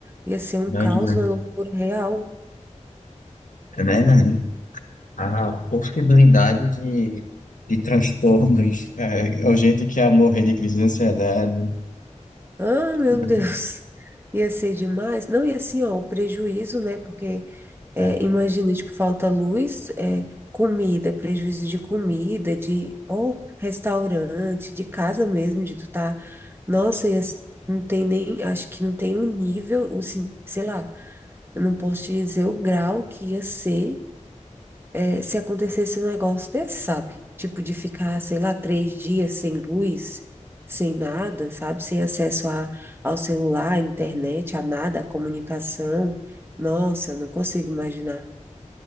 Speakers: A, on the right (about 20°); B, on the left (about 85°).
A: Ia ser um
B: Imagina.
A: caos, uma loucura real.
B: É verdade. A possibilidade de, de transtornos, é, é o jeito que ia morrer de crise de ansiedade,
A: Ah, meu
B: né?
A: Deus, ia ser demais. Não, e assim, ó, o prejuízo, né? Porque é,
B: é,
A: imagina, tipo, falta luz, é, comida, prejuízo de comida, de ou restaurante, de casa mesmo, de tu tá. Nossa, ia, s- não tem nem, acho que não tem o nível, o sim, sei lá, eu não posso te dizer o grau que ia ser é, se acontecesse um negócio desse, sabe? Tipo de ficar, sei lá, três dias sem luz, sem nada, sabe? Sem acesso a, ao celular, à internet, a nada, à comunicação. Nossa, eu não consigo imaginar.